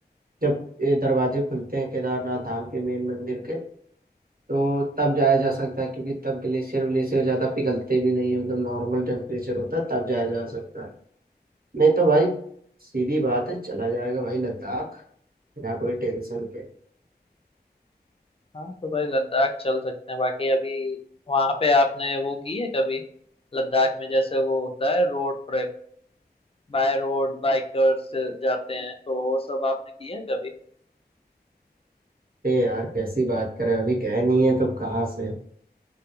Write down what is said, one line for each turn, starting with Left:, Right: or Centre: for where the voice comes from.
Right: जब ये दरवाजे खुलते हैं केदारनाथ धाम के मेन मंदिर के तो तब जाया जा सकता है क्योंकि तब ग्लेशियर व्लेशियर ज्यादा पिघलते भी नहीं है मतलब नॉर्मल टेम्परेचर होता है तब जाया जा सकता है नहीं तो भाई सीधी बात है चला जाएगा भाई लद्दाख बिना कोई टेंशन के
Left: हाँ तो भाई लद्दाख चल सकते हैं बाकी अभी वहाँ पे आपने वो की है कभी लद्दाख में जैसे वो होता है road trip by road bikers जाते हैं तो वो सब आपने किया है कभी
Right: ए यार कैसी बात करें अभी गए नहीं है तो कहाँ से